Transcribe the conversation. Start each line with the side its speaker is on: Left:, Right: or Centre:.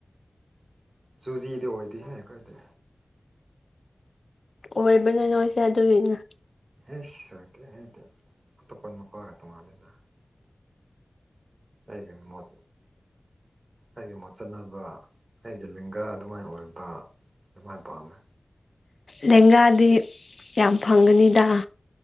Right: ꯆꯨꯖꯤꯗꯤ ꯑꯣꯏꯗꯦꯍꯦ ꯑꯩꯈꯣꯏꯗꯤ
Left: ꯑꯣꯏꯕꯅꯦ ꯅꯣꯏꯁꯦ ꯑꯗꯨꯒꯤꯅꯦ
Right: ꯍꯁ ꯑꯣꯀꯦ ꯍꯥꯏꯗꯤ ꯇꯣꯞꯄꯜ ꯃꯄꯥꯒ ꯇꯣꯉꯥꯟꯂꯗ ꯑꯩꯗꯅ ꯃꯗꯨ ꯑꯩꯒꯤ ꯃꯣꯠꯆꯅꯕ ꯑꯩꯒꯤ ꯂꯤꯡꯒꯥ ꯑꯗꯨꯃꯥꯏꯅ ꯑꯣꯏꯕ ꯃꯥꯏ ꯄꯥꯝꯃꯦ
Left: ꯂꯦꯡꯒꯥꯗꯤ ꯌꯥꯝ ꯐꯪꯒꯅꯤꯗ